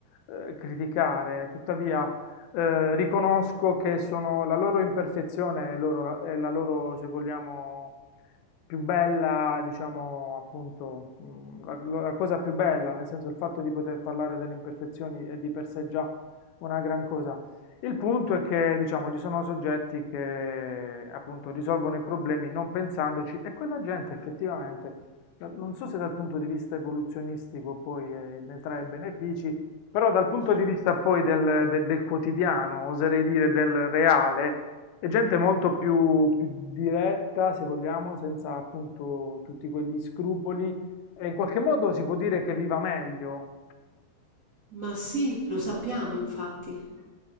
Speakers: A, on the left; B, on the right.
A: eh, criticare, tuttavia eh, riconosco che sono la loro imperfezione è, loro- è la loro, se vogliamo, più bella, diciamo, appunto, mh, la la cosa più bella, nel senso il fatto di poter parlare delle imperfezioni è di per sé già una gran cosa. Il punto è che, diciamo, ci sono soggetti che appunto risolvono i problemi non pensandoci e quella gente effettivamente, da- non so se dal punto di vista evoluzionistico poi eh, ne trae benefici, però dal punto di vista poi del, de- del quotidiano, oserei dire del reale, è gente molto più, più diretta, se vogliamo, senza appunto tutti quegli scrupoli e in qualche modo si può dire che viva meglio.
B: Ma sì, lo sappiamo infatti.